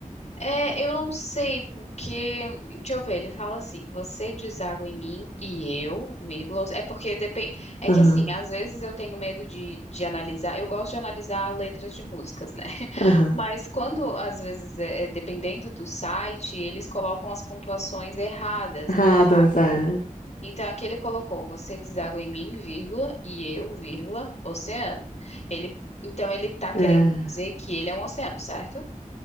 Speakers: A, on the left; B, on the left.
A: É, eu não sei porque, deixa eu ver, ele fala assim, você deságua em mim e eu, vírgula, é porque depende, é
B: Aham,
A: que assim, às vezes eu tenho medo de, de analisar, eu gosto de analisar letras de músicas, né? <laughs>
B: aham.
A: Mas quando, às vezes, é, é, dependendo do site, eles colocam as pontuações erradas,
B: Erradas,
A: então aqui,
B: é.
A: então aqui ele colocou, você deságua em mim, vírgula, e eu, vírgula, oceano. Ele, então ele tá querendo
B: É,
A: dizer que ele é um oceano, certo?